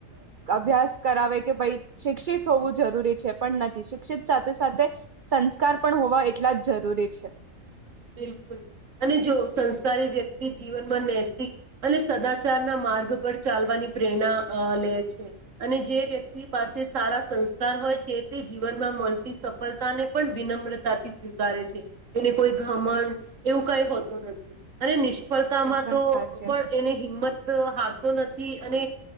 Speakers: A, on the right; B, on the right.
A: અભ્યાસ કરાવે કે ભાઈ શિક્ષિત હોવું જરૂરી છે પણ નથી શિક્ષિત સાથે સાથે સંસ્કાર પણ હોવા એટલા જ જરૂરી છે
B: બિલકુલ અને જો સંસ્કારી વ્યક્તિ જીવનમાં નૈતિક અને સદાચાર ના માર્ગ પર ચાલવાની પ્રેરણા લે છે અને જે વ્યક્તિ પાસે સારા સંસ્કાર હોય છે તે જીવનમાં મળતી સફળતા ને પણ વિનમ્રતાથી સ્વીકારે છે એને કોઈ ઘમણ એવું કઈ હોતું નથી અને સ્ફળતામાં
A: એકદમ
B: તો
A: સાચે
B: પણ એને હિંમત હારતો નથી અને